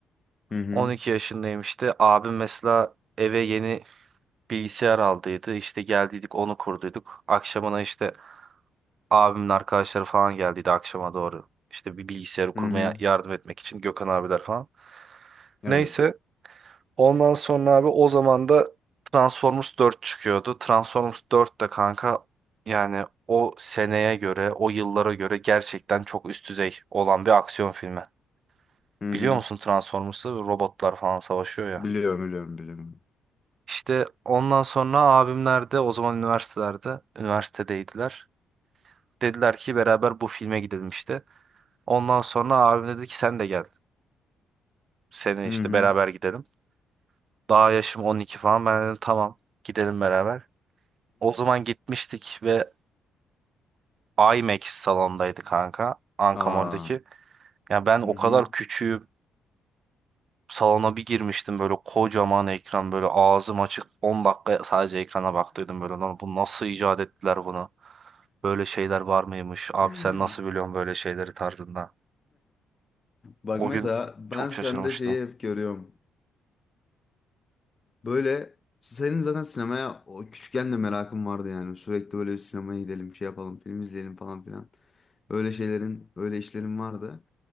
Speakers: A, on the left; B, on the right.
A: Hı hı.
B: 12 yaşındayım işte. Abim mesela eve yeni bilgisayar aldıydı. İşte geldiydik onu kurduyduk. Akşamına işte abimin arkadaşları falan geldiydi akşama doğru. İşte bir bilgisayarı kurmaya
A: Hı hı.
B: yardım etmek için Gökhan abiler falan.
A: Evet.
B: Neyse ondan sonra abi o zaman da Transformers 4 çıkıyordu. Transformers 4 de kanka yani o seneye göre, o yıllara göre gerçekten çok üst düzey olan bir aksiyon filmi.
A: Hı
B: Biliyor
A: hı.
B: musun Transformers'ı robotlar falan savaşıyor ya.
A: Biliyorum, biliyorum, biliyorum.
B: İşte ondan sonra abimler de o zaman üniversitelerde, üniversitedeydiler. Dediler ki beraber bu filme gidelim işte. Ondan sonra abim dedi ki sen de gel. Senin işte
A: Hı hı.
B: beraber gidelim. Daha yaşım 12 falan. Ben dedim tamam gidelim beraber. O zaman gitmiştik ve IMAX salondaydı kanka. Ankamol'daki.
A: <laughs> Aa.
B: Ya ben o
A: Hı hı.
B: kadar küçüğüm. salona bir girmiştim böyle kocaman ekran böyle ağzım açık 10 dakika sadece ekrana baktıydım böyle lan bu nasıl icat ettiler bunu? Böyle şeyler var mıymış? Abi
A: <laughs>
B: sen nasıl biliyorsun böyle şeyleri tarzında?
A: Bak
B: O
A: mesela
B: gün
A: ben
B: çok
A: sende
B: şaşırmıştım.
A: şeyi hep görüyorum. Böyle senin zaten sinemaya o küçükken de merakın vardı yani. Sürekli böyle bir sinemaya gidelim, şey yapalım, film izleyelim falan filan. Öyle şeylerin, öyle işlerin vardı.